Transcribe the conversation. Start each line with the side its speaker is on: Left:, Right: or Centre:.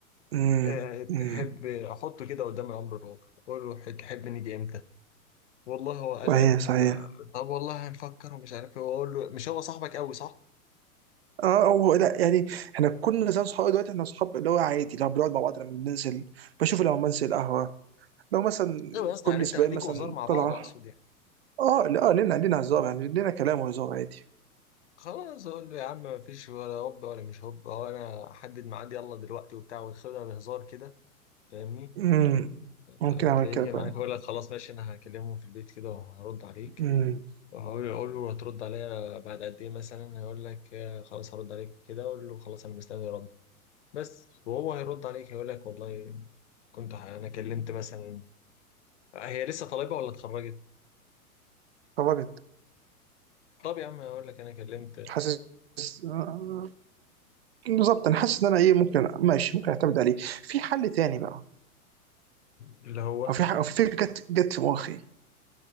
Right: امم
Left: آه،
Right: امم
Left: تحب احطه كده قدام الامر الواقع اقول له ح- تحب نيجي امتى والله هو قال
Right: صحيح
Left: لك
Right: صحيح
Left: آه، طب والله هنفكر ومش عارف ايه واقول له مش هو صاحبك قوي صح
Right: اه هو لا يعني احنا كنا زي اصحاب دلوقتي احنا اصحاب اللي هو عادي لو بنقعد مع بعض لما بننزل بشوف لما بنزل القهوه لو مثلا
Left: ايوه يا اسطى
Right: كل
Left: يعني
Right: اسبوعين
Left: انت ليكوا
Right: مثلا
Left: هزار مع بعض
Right: طلعه
Left: اقصد يعني
Right: اه لا آه، لنا لنا هزار يعني لنا كلام وهزار عادي
Left: خلاص اقول له يا عم ما فيش ولا هوب ولا مش هوب هو انا احدد ميعاد يلا دلوقتي وبتاع وياخدها بهزار كده فاهمني
Right: امم ممكن
Left: آه،
Right: اعمل
Left: تلاقيه
Right: كده
Left: جه
Right: فعلا
Left: معاك يقول لك خلاص ماشي انا هكلمهم في البيت كده وهرد عليك
Right: امم
Left: هو يقول له هترد عليا بعد قد ايه مثلا هيقول لك آه، خلاص هرد عليك كده اقول له خلاص انا مستني رد بس وهو هيرد عليك هيقول لك والله كنت ح- انا كلمت مثلا هي لسه طالبه ولا اتخرجت
Right: خرجت
Left: طب يا عم هقول لك انا كلمت
Right: حاسس آه، بالظبط انا حاسس ان انا ايه ممكن ماشي ممكن اعتمد عليه في حل تاني بقى
Left: اللي هو
Right: او في ح- او في فكره جت جت في مخي